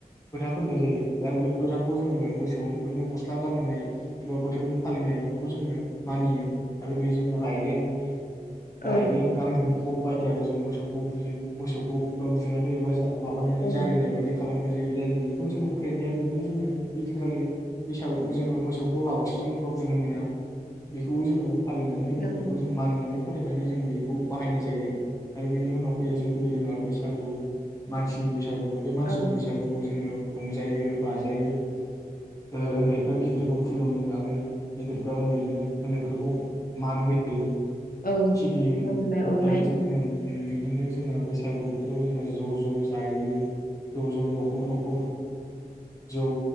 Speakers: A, on the left (about 20°); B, on the left (about 70°).
A: फोथा फुननाय जायो आरो बे फोथाखौ जोङो मोसौफोरनो गस्ला गानहोनाय एबा बोथोरनि। फालिनाय बेफोरखौ जोङो मानियो आरो बे जों रायदेंग।
B: औ
A: रायदें गांग्रिख खब बायदि आरोजो मोसौखौ बुयो मोसौखौ बा बुनानै एबा जा। माबानानै
B: औ
A: जारिनाय बायदि खालामो। जायनि बेखौ जोङो फोथायनाया बेनोदि जोङो बिदिनखालि बैसागु जोङो मोसौखौ लावथिजों एबा। बुनो मोना बेखौबो जोङो। फालिनानै जोङो
B: नंगौ
A: बेखौ जों मानिनानै। फोथायनानै जों बेखौ बाहायनाय जायो आरो बेनि उनाव फैयो जों फैयो जोंहा बैसागु मानसिनि बैसागु <inaudible> बैसागु बे मानसिनि
B: औ
A: बैसागुखौ जोङो रंजायो बाजायो ओ उन्दैफ्रा गिदिरखौ खुलुमो आरो गिदिरफ्रा उन्दैनो उन्दैफोरखौ मान होयो
B: औ
A: सिबियो
B: मान होनाय अननाय
A: दा बिदिनो <inaudible> उम बिदिनो जोंहा बैसागु बोथोराव जोंना ज ज जायो ज ज नखर नखर जौ